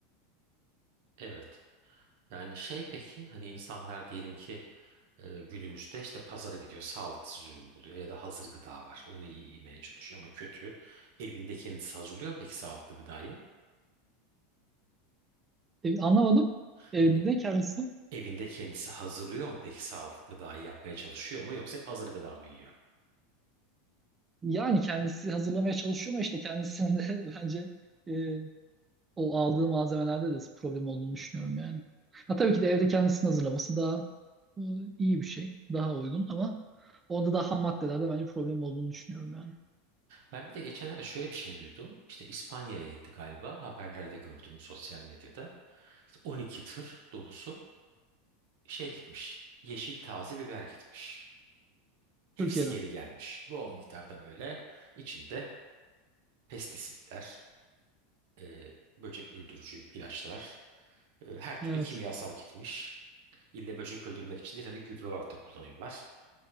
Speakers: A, on the right; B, on the right.
A: Evet. Yani şey peki hani insanlar diyelim ki Ee, günümüzde işte pazara gidiyor, sağlıksız ürün buluyor ya da hazır gıda var. Onu iyi yemeye çalışıyor ama kötü. Evinde kendisi hazırlıyor mu peki sağlıklı gıdayı?
B: E, anlamadım.
A: Hani
B: Evde kendisi
A: evinde kendisi hazırlıyor mu peki sağlıklı gıdayı yapmaya çalışıyor mu yoksa hep hazır gıda mı yiyor?
B: yani kendisi hazırlamaya çalışıyor ama işte kendisinin de <laughs> bence e, o aldığı malzemelerde de problem olduğunu düşünüyorum yani. Ha tabii ki de evde kendisini hazırlaması daha e, iyi bir şey, daha uygun ama onda da ham maddelerde bence problem olduğunu düşünüyorum yani.
A: Ben bir de geçenlerde şöyle bir şey duydum. İşte İspanya'ya gitti galiba. Haberlerde gördüm sosyal medyada. İşte 12 tır dolusu şey gitmiş. Yeşil taze biber gitmiş. Hepsi
B: Türkiye'den.
A: geri gelmiş. Bol miktarda böyle içinde pestisitler, e, böcek öldürücü ilaçlar, e, her türlü
B: Evet.
A: kimyasal gitmiş. İlle böcek öldürmek için değil, hani gübre olarak da kullanıyorlar